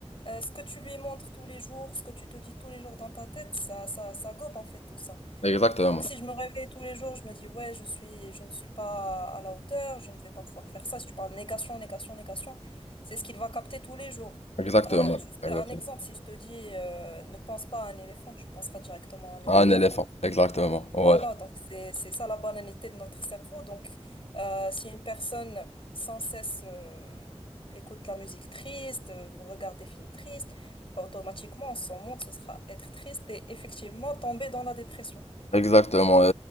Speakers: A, on the left; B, on the left.
A: euh, ce que tu lui montres tous les jours, ce que tu te dis tous les jours dans ta tête, ça, ça, ça gobe en fait tout ça.
B: Exactement.
A: Donc si je me réveille tous les jours, je me dis, ouais, je suis, je ne suis pas à la hauteur, je ne vais pas pouvoir faire ça. Si tu parles négation, négation, négation, c'est ce qu'il va capter tous les jours.
B: Exactement.
A: Euh, juste
B: Exactement.
A: un exemple, si je te dis, euh, ne pense pas à un éléphant, tu penseras directement à un éléphant,
B: Un éléphant.
A: non?
B: Exactement.
A: Voilà,
B: Ouais.
A: donc c'est c'est ça la banalité de notre cerveau. Donc, euh, si une personne sans cesse euh, écoute de la musique triste, euh, regarde des films tristes, automatiquement son monde ce sera être triste et effectivement tomber dans la dépression.
B: Exactement, et,